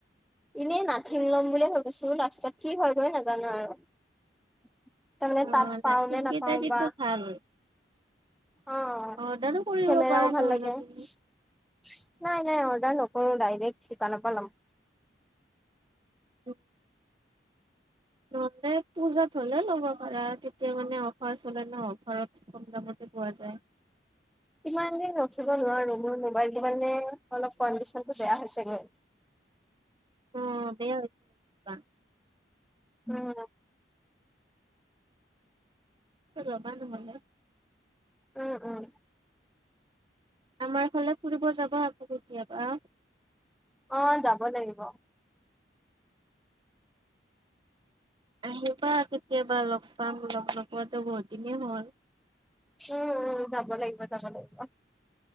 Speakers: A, in the centre; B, on the right.
A: এনেই নাথিং ল'ম বুলিয়ে ভাবিছো, লাষ্টত কি হয়গৈ নাজানো আৰু। তাৰমানে
B: অ'
A: তাত
B: নাথিং
A: পাওঁ নে
B: কেইটা
A: নাপাওঁ
B: কিন্তু
A: বা।
B: ভাল।
A: অ'
B: অৰ্ডাৰো কৰিব
A: কেমেৰাও
B: পাৰা নহ'লে
A: ভাল লাগে
B: তুমি।
A: নাই নাই অৰ্ডাৰ নকৰো ডাইৰেক্ট দোকানৰ পা লম।
B: অ' নহলে পূজাত হ'লে ল'ব পাৰা, তেতিয়া মানে অফাৰ চলে ন অফাৰত ক'ম দামতে পোৱা যায়।
A: ইমান দিন ৰখিব নোৱাৰো, মোৰ মোবাইলটো মানে অলপ কণ্ডিশনটো বেয়া হৈছেগৈ।
B: অ' বেয়া হৈছে কিবা?
A: উম <unintelligible>
B: ল'বা নহ'লে।
A: উম উম
B: আমাৰ ফালে ফুৰিব যাব আকৌ কেতিয়াবা।
A: অ' যাব লাগিব।
B: আহিবা কেতিয়াবা লগ পাম, লগ নোৱাাতো বহুত দিনেই হ'ল?
A: উম উম যাব লাগিব যাব লাগিব।